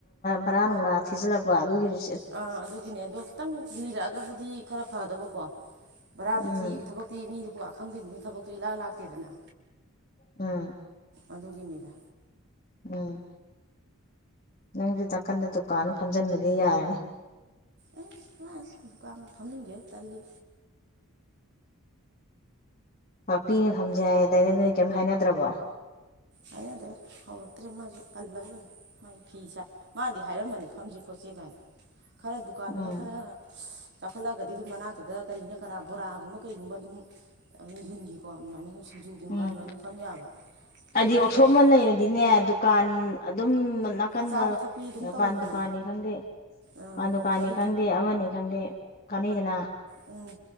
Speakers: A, on the left; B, on the right.
A: ꯕꯔꯥ ꯅꯨꯡꯂꯥ ꯊꯤꯖꯤꯜꯂꯛꯄ ꯑꯗꯨꯒꯤꯅꯤ
B: ꯑꯥ ꯑꯗꯨꯒꯤꯅꯦ ꯑꯗꯣ ꯈꯤꯇꯪ ꯂꯤꯔꯛꯑꯒꯕꯨꯗꯤ ꯈꯔ ꯐꯗꯕꯀꯣ ꯕꯔꯥꯗꯨ
A: ꯎꯝ
B: ꯊꯤ ꯊꯕꯛꯇꯤ ꯃꯤꯗꯨ ꯄꯨ ꯂꯥꯛ ꯈꯪꯗꯦꯅꯦ ꯊꯕꯛꯁꯦ ꯏꯂꯥꯛ ꯂꯥꯛꯇꯦꯗꯅ
A: ꯎꯝ
B: ꯑꯗꯨꯒꯤꯅꯤꯗ
A: ꯎꯝ ꯅꯪꯁꯨ ꯅꯥꯀꯟꯗ ꯗꯨꯀꯥꯟ ꯑꯃ ꯐꯝꯖꯟꯕꯒꯤ ꯌꯥꯔꯅꯤ
B: ꯑꯦ ꯑꯁ ꯗꯨꯀꯥꯟꯒ ꯐꯝꯅꯤꯡꯗꯦ ꯇꯜꯂꯤ
A: ꯄꯥꯛꯄꯤꯅ ꯐꯝꯖꯦ ꯍꯥꯏꯗꯥꯏꯅꯦ ꯅꯣꯏ ꯀꯔꯤꯝꯇ ꯍꯥꯏꯅꯗ꯭ꯔꯕꯣ
B: ꯍꯥꯏꯅꯗ꯭ꯔꯦ ꯍꯧꯔꯛꯇ꯭ꯔꯦ ꯃꯥꯁꯨ ꯄꯜꯂꯕ ꯃꯥꯒꯤ ꯐꯤꯁꯦ ꯃꯥꯗꯤ ꯍꯥꯏꯔꯝꯃꯅꯤ ꯐꯝꯁꯦ ꯈꯣꯠꯁꯦ ꯀꯥꯏꯅ ꯈꯔ ꯗꯨꯀꯥꯟꯗꯨꯅ
A: ꯎꯝ
B: ꯈꯔ ꯆꯥꯎꯈꯠꯂꯛꯒꯗꯤ ꯑꯗꯨꯝ ꯃꯅꯥꯛꯇꯨꯗ ꯀꯔꯤꯅ ꯀꯔꯥ ꯕꯣꯔꯥꯒꯨꯝꯕ ꯀꯩꯒꯨꯝꯕ ꯑꯗꯨꯝ ꯟꯒꯤꯀꯣ ꯑꯗꯨꯃꯥꯏꯅ ꯁꯤꯡꯖꯨꯒꯨꯝꯕ
A: ꯎꯝ
B: ꯑꯗꯨꯃꯥꯏꯅ ꯑꯗꯨꯝ ꯐꯝ ꯌꯥꯕ
A: ꯍꯥꯏꯗꯤ
B: ꯑꯗꯨ ꯅꯠꯇꯕꯅꯤꯅ
A: ꯋꯥꯛꯁꯣꯞ ꯑꯃ ꯂꯩꯔꯗꯤꯅꯦ ꯗꯨꯀꯥꯟ ꯑꯗꯨꯝ ꯅꯥꯀꯟꯗ
B: ꯆꯥꯕꯤ ꯊꯛꯄꯤ ꯑꯗꯨꯝ ꯇꯧꯋꯤꯗꯅ
A: ꯄꯥꯟ ꯗꯨꯀꯥꯟꯅꯤ ꯈꯪꯗꯦ
B: ꯑꯥ
A: ꯄꯥꯟ ꯗꯨꯀꯥꯟꯅꯤ
B: ꯆꯥꯕꯤ
A: ꯈꯪꯗꯦ ꯑꯃꯅꯤ ꯈꯪꯗꯦ ꯀꯥꯟꯅꯩꯗꯅ
B: ꯎ